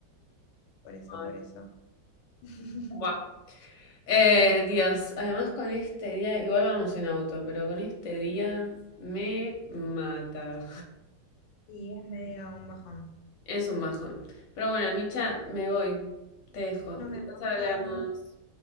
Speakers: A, on the left; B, on the left.
A: por eso,
B: Ay,
A: por eso. <laughs>
B: buah. Eh, Dios, además con este día, igual vamos en auto, pero con este día me mata.
A: Y es medio un bajón.
B: Es un bajón. Pero bueno, Micha, me voy. Te dejo.
A: Nos
B: Después
A: vemos,
B: hablamos.
A: chao.